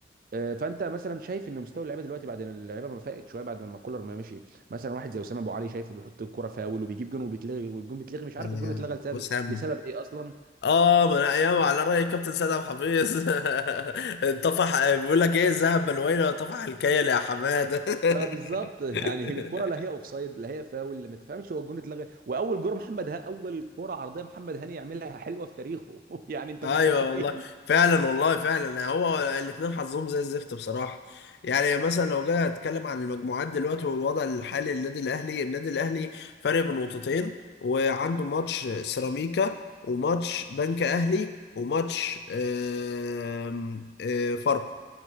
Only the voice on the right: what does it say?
آه، فانت مثلا شايف ان مستوى اللعيبه دلوقتي بعد ان اللعيبه ما فاقت شويه بعد ما كولر ما مشي مثلا واحد زي اسامه ابو علي شايفه بيحط الكره فاول وبيجيب جون وبيتلغي والجون بيتلغي مش عارف
الجون اتلغى لسبب
لسبب ايه اصلا
اه بالظبط <laughs> يعني
الكره لا هي اوفسايد لا هي فاول ما تفهمش هو الجون اتلغى واول جون محمد ها اول كره عرضيه محمد هاني يعملها حلوه في تاريخه <laughs> يعني انت
متخيل